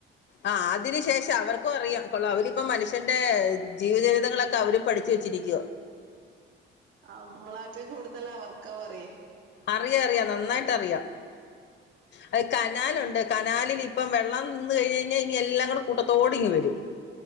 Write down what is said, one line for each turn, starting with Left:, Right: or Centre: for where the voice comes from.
Left: ആഹ് അതിന് ശേഷവർക്കും അറിയാം കൊള്ള അവരിപ്പം മനുഷ്യന്റെ ജീവജീവിതങ്ങളൊക്കെ അവര് പഠിച്ച് വെച്ചിരിക്ക
Right: നമ്മളാട്ടും കൂടുതൽ അവർക്ക അറിയേ
Left: അറിയറിയാ നന്നായിട്ടറിയാം അത് കനാലുണ്ട് കനാലിലിപ്പം വെള്ളം നിന്ന് കഴിഞ്ഞയ്ഞ്ഞാ ഇനി എല്ലാം കൂടെ കൂട്ടത്തോടിങ്ങിവരും